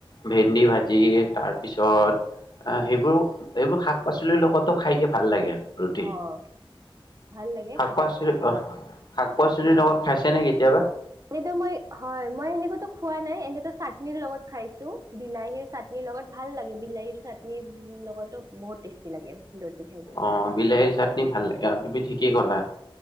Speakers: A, on the left (about 50°); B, on the right (about 40°).
A: ভেন্দি ভাজি যি তাৰপিছত অ সেইবোৰ এইবোৰ শাক পাচলিৰ লগতো খাইকে ভাল লাগে ৰুটি
B: অহ ভাল লাগে শাক
A: পাচলি
B: পাচলিৰ
A: অ',
B: লগত
A: শাক পাচলিৰ লগত খাইছেনে কেতিয়াবা
B: এনেতো মই হয় মই এনেকোতো খোৱা নাই এনেতো চাটনিৰ লগত খাইছো বিলাহীৰ চাটনিৰ লগত ভাল লাগে বিলাহীৰ চাটনিৰ লগতো বহুত টেষ্টি লাগে খাই কিনে
A: অ বিলাহীৰ চাটনি ভাল লাগে আৰু তুমি ঠিকেই গলা